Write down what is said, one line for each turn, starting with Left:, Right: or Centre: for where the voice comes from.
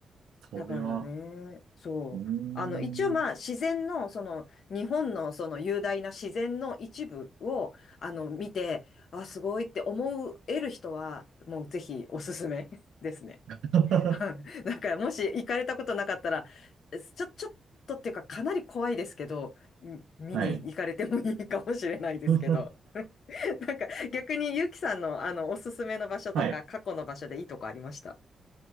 Right: それは、
Left: だからね、そう。
Right: うーん。
Left: あの、一応まあ自然の、その、日本のその雄大な自然の一部を、あの、見て、あ、すごいって思える人は、もうぜひおすすめ <laughs> ですね。
Right: <laughs>
Left: <laughs> うんだからもし行かれたことなかったら、ちょ、ちょっとっていうかかなり怖いですけど、うん見に行かれてもいいかもしれないですけど。
Right: はい。<laughs>
Left: <laughs> なんか逆にゆきさんのあの、おすすめの場所とか過去の場所でいいとこありました。
Right: はい。